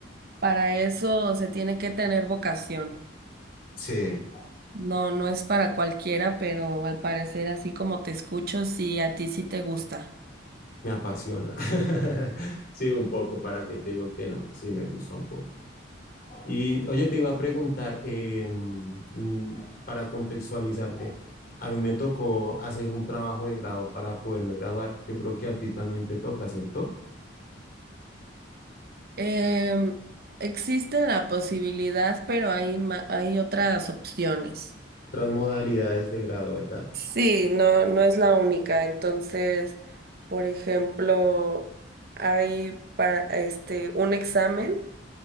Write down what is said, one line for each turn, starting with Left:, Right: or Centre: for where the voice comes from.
Right: para eso se tiene que tener vocación.
Left: Sí,
Right: No, no es para cualquiera, pero al parecer, así como te escucho, sí, a ti sí te gusta.
Left: me apasiona. <laughs> Sí, un poco, para que te digo que no. Sí, me gusta un poco. Y oye, te iba a preguntar, eh, mm, para contextualizarte, a mí me tocó hacer un trabajo de grado para poderme graduar. Yo creo que a ti también te toca, ¿cierto?
Right: Em, existe la posibilidad, pero hay, ma- hay otras opciones.
Left: Otras modalidades de grado, ¿verdad?
Right: Sí, no, no es la única. Entonces, por ejemplo, hay pa- este un examen